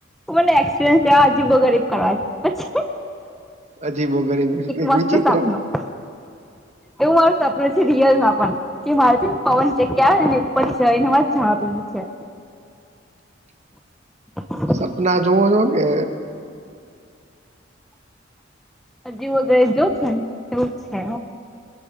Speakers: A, in the centre; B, on the right.
A: મને એક્સપિરયન્સ કે હજીબો ગરીબ કરવાછ.
B: હજી બો કરીરે એક
A: મસ્ત
B: વિચિત્ર
A: સપનું એવું મારું સપન છે રિયલમાં પણ કે મારે છે ને પવન જગ્યા આવે ને ઉપર જઈ ને મારે જવા પેું છે. <inaudible> હ
B: સપના જોવો છો કે
A: હજી વગરે જો છેમ એવું છે.